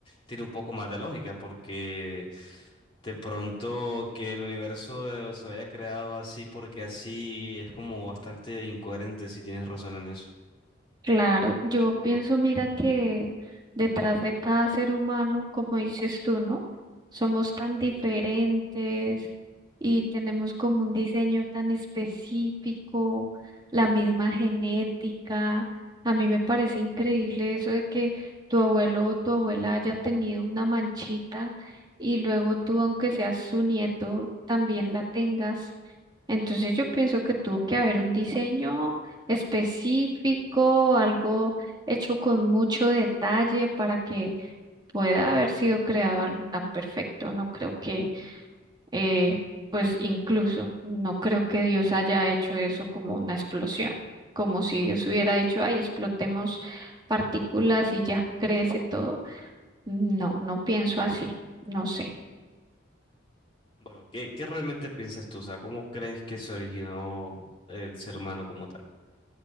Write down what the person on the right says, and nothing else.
Claro, yo pienso, mira que detrás de cada ser humano, como dices tú, ¿no? Somos tan diferentes y tenemos como un diseño tan específico, la misma genética. A mí me parece increíble eso de que tu abuelo o tu abuela haya tenido una manchita y luego tú, aunque seas su nieto, también la tengas. Entonces yo pienso que tuvo que haber un diseño específico, algo hecho con mucho detalle para que pueda haber sido creado algo tan perfecto. No creo que, eh, pues incluso, no creo que Dios haya hecho eso como una explosión, como si Dios hubiera dicho, ay, explotemos partículas y ya crece todo. No, no pienso así, no sé.